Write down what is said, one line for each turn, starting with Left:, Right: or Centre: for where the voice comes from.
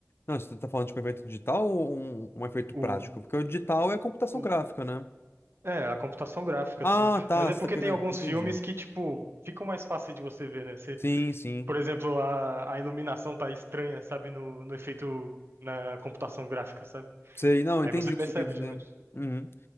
Left: Não, você tá falando de um efeito digital ou um, um efeito
Right: O,
Left: prático? Porque o digital é computação
Right: o-
Left: gráfica, né?
Right: é, a computação gráfica,
Left: Ah,
Right: assim.
Left: tá,
Right: Mas é
Left: você
Right: porque
Left: tá querendo.
Right: tem alguns
Left: Entendi.
Right: filmes que, tipo, ficam mais fácil de você ver, né?
Left: Sim, sim.
Right: Por exemplo, a, a iluminação tá estranha, sabe? No, no efeito na computação gráfica, sabe?
Left: Sei, não,
Right: Aí
Left: entendi
Right: você
Left: o
Right: percebe
Left: que você quer dizer.
Right: de longe.
Left: Uhum.